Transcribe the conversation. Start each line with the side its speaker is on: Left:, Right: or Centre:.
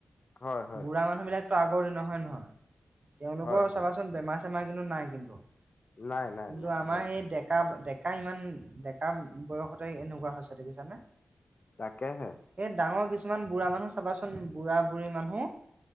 Left: হয়, হয়,
Right: বুঢ়া মানুহ বিলাক <unintelligible> আগৰ দিনৰ হয়নে নহয় তেওঁলোকৰ
Left: হয়, হয়,
Right: চাবাচোন বেমাৰ চেমাৰ কিন্তু নাই কিন্তু
Left: নাই, নাই,
Right: কিন্তু
Left: নাই,
Right: আমাৰ
Left: হয়,
Right: সেই ডেকা ডেক <unintelligible> ডেকা ইমান ডেকা বয়সতে এনেকুৱা হৈছে দেখিছানে
Left: তাকেহে,
Right: এই, ডাঙৰ কিছুমান বুঢ়া মানুহ চাবাচোন বুঢ়া বুঢ়ী মানুহ